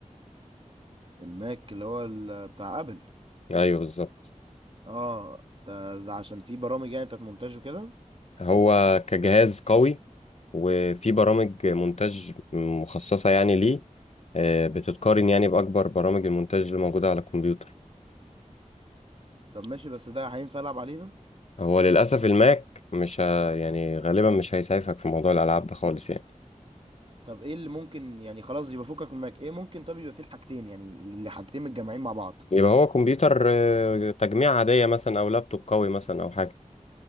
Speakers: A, on the right; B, on the left.
A: الماك اللي هو ال- بتاع ابل
B: ايوه بالظبط
A: اه ده, ده عشان في برامج يعني بتاعت مونتاج وكده
B: هو كجهاز قوي وفي برامج مونتاج مخصصة يعني ليه آه، بتتقارن يعني بأكبر برامج المونتاج اللي موجودة على الكمبيوتر
A: طب ماشي بس ده هينفع العب عليه ده
B: هو للأسف الماك مش ه... يعني غالبا مش هيسعفك في موضوع الألعاب ده خالص يعني
A: طب ايه اللي ممكن يعني خلاص يبقى فكك من الماك ايه ممكن طب يبقى فيه الحاجتين يعني اللي حاجتين متجمعين مع بعض
B: يبقى هو كمبيوتر آه، تجميع عادية مثلا أو لابتوب قوي مثلا أو حاجة